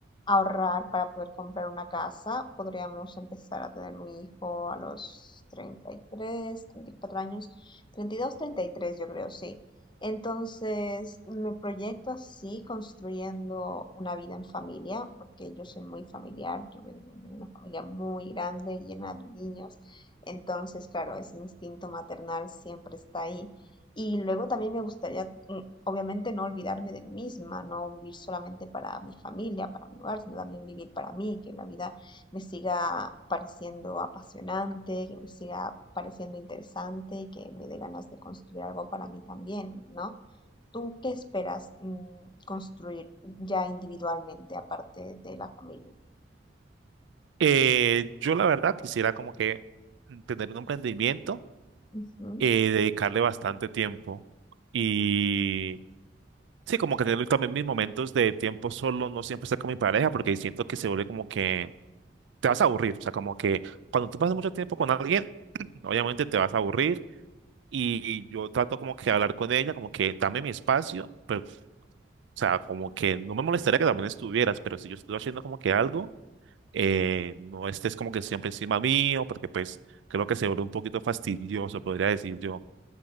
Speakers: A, on the left; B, on the right.
A: ahorrar para poder comprar una casa. Podríamos empezar a tener un hijo a los treinta treinta y tres treinta y cuatro años, treinta treinta y dos treinta y tres yo creo, sí. Entonces, me proyecto así construyendo una vida en familia, porque yo soy muy familiar, yo vengo de una familia muy grande, llena de niños. Entonces, claro, ese instinto maternal siempre está ahí. Y luego también me gustaría, mm, obviamente, no olvidarme de mí misma, no vivir solamente para mi familia, para mi hogar, sino también vivir para mí, que la vida me siga pareciendo apasionante, que me siga pareciendo interesante y que me dé ganas de construir algo para mí también, ¿no? ¿Tú qué esperas mm, construir ya individualmente, aparte de la familia?
B: Eh, yo la verdad quisiera como que tener un emprendimiento,
A: Ujú.
B: eh, dedicarle bastante tiempo y sí, como que tener también mis momentos de tiempo solo, no siempre estar con mi pareja porque siento que se vuelve como que te vas a aburrir, o sea, como que cuando tú pasas mucho tiempo con alguien, <clears throat> obviamente te vas a aburrir y yo trato como que hablar con ella, como que dame mi espacio, o sea, como que no me molestaría que también estuvieras, pero si yo estoy haciendo como que algo eh, no estés como que siempre encima mío, porque pues creo que se vuelve un poquito fastidioso, podría decir yo.